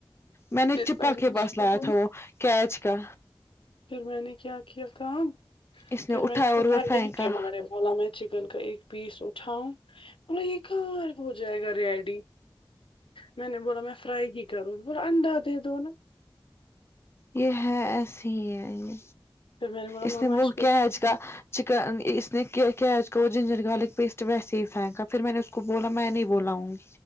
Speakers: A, on the left; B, on the left.
A: میں نے
B: پھر
A: چھپا
B: نے
A: کے
B: اس
A: بس
B: کو
A: لایا
B: بولا
A: تھا وہ کیچ کا
B: پھر میں نے کیا کیا کام
A: اس
B: پھر
A: اٹھایا
B: میں نے اسکو
A: اور
B: <unintelligible>
A: وہ پھینکا
B: بولا میں چکن کا ایک پیس اٹھاؤں بولا یہ کاب ہو جائیگا ریڈی میں نے بولا میں فرائی ہی کروں بولا انڈا دے دو نا
A: یہ ہے ایسے ہی ہے یہ
B: پھر میں بولا
A: اس
B: ماما
A: نے وہ
B: کو
A: کیچ کا چکن اس نے کیچ کو جنجر گارلک پیسٹ ویسے ہی پھینکا پھر میں نے اس کو بولا میں نہیں بول آؤںگی